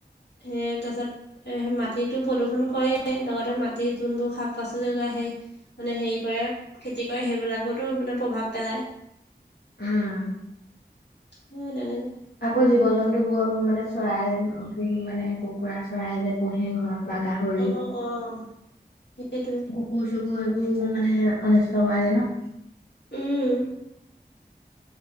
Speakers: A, on the left; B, on the left.
A: সেই তচাত এ মাটিতো প্ৰদূষণ কৰে লগতে মাটিৰ যোনবোৰ শাক পাচলি জগা আহে। মানে হেৰি কৰে খেতি কৰে সেইবিলাকতো মানে প্ৰভাৱ পেলায়।
B: উম।
A: উ, তেনেক।
B: আকৌ জীৱ জন্তু বোৰ মোৰ মানে চৰাই কি মানে কুকুৰা চৰাই যে পুহে ঘৰত। বা গাহৰি।
A: অ অ সেইটোৱে
B: কো চ ক সবোৰ মানে অনিষ্ট কগে ন।
A: উম।